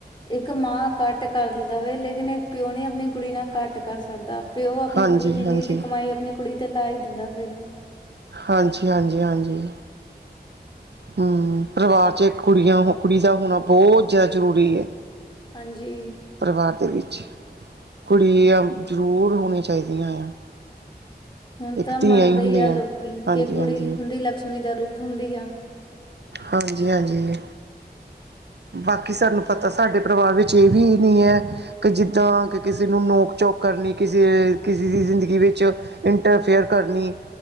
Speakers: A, on the left; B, on the right.
A: ਇਕ ਮਾਂ ਘੱਟ ਕਰ ਦਵੇ ਲੇਕਿਨ ਇਕ ਪਿਓ ਨੀ ਆਪਣੀ ਕੁੜੀ ਨਾਲ ਘੱਟ ਕਰ ਸਕਦਾ। ਪਿਓ ਆਪਣੀ
B: ਹਾਂਜੀ
A: ਪੂਰੀ ਜ਼ਿੰਦਗੀ
B: ਹਾਂਜੀ
A: ਦੀ ਕਮਾਈ ਆਪਣੀ ਕੁੜੀ ਤੇ ਲਾ ਹੀ ਦਿੰਦਾ ਫੇਰ ਵੀ।
B: ਹਾਂਜੀ, ਹਾਂਜੀ, ਹਾਂਜੀ। ਹੂੰ, ਪਰਿਵਾਰ ਚ ਇਕ ਕੁੜੀਆਂ ਕੁੜੀ ਦਾ ਹੋਣਾ ਬਹੁਤ ਜ਼ਿਆ ਜ਼ਰੂਰੀ ਐ।
A: ਹਾਂਜੀ।
B: ਪਰਿਵਾਰ ਦੇ ਵਿੱਚ ਕੁੜੀਆਂ ਜ਼ਰੂਰ ਹੋਣੀਆ ਚਾਹੀਦੀਆਂ ਆ।
A: ਹੁਣ
B: ਇੱਕ
A: ਤਾਂ ਮੰਨਦੇ
B: ਧੀਆਂ ਹੀ ਹੁੰਦੀਆਂ
A: ਈ ਐ ਲੋਕੀ
B: ਹਾਂਜੀ
A: ਕਿ ਕੁੜੀ
B: ਹਾਂਜੀ
A: ਹੁੰਦੀ ਲਕਸ਼ਮੀ ਦਾ ਰੂਪ ਹੁੰਦੀ ਆ।
B: ਹਾਂਜੀ ਹਾਂਜੀ। ਬਾਕੀ ਸਾਨੂੰ ਪਤਾ ਸਾਡੇ ਪਰਿਵਾਰ ਵਿੱਚ ਇਹ ਵੀ ਨੀ ਐ ਕਿ ਜਿੱਦਾਂ ਕਿ ਕਿਸੇ ਨੂੰ ਨੋਕ-ਚੋਕ ਕਰਨੀ ਕਿਸੇ ਕਿਸੇ ਦੀ ਜ਼ਿੰਦਗੀ ਵਿੱਚ ਇੰਟਰਫੇਅਰ ਕਰਨੀ